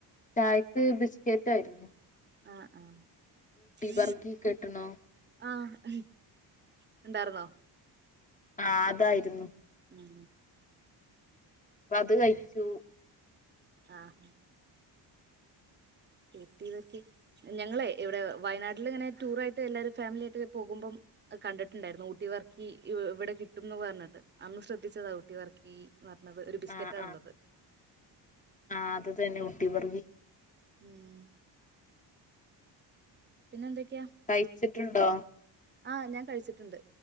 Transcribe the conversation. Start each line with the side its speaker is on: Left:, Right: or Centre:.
Left: ചായക്ക് ബിസ്കറ്റായിരുന്നു
Right: ആഹ്, ആഹ്,
Left: ബർഗി കേട്ട്ണോ
Right: ആഹ് ഉണ്ടായിരുന്നോ
Left: ആഹ്, അതായിരുന്നു
Right: ഉം
Left: അതുകഴിച്ചു
Right: ആഹ് ഊട്ടിബറക്കി ഞങ്ങളെ ഇവിടെ വയനാട്ടിലിങ്ങനെ ടൂറായിട്ട് എല്ലാവരും ഫാമിലിയായിട്ടു പോകുമ്പം കണ്ടിട്ടുണ്ടായിരുന്നു, ഊട്ടിവർഗിയിവിടെ കിട്ടൂന്നുപറഞ്ഞിട്ടന്ന് ശ്രദ്ധിച്ചതാ ഊട്ടി വർഗി ഈ പറഞ്ഞതൊരു ബിസ്ക്കറ്റാണുള്ളത്
Left: ആഹ് ആഹ് അതു തന്നെ ഊട്ടി വർഗി
Right: ഉം പിന്നെയെന്തൊക്കയാ
Left: കഴിച്ചിട്ടുണ്ടോ
Right: ആഹ് ഞാൻകഴിച്ചിട്ടുണ്ട്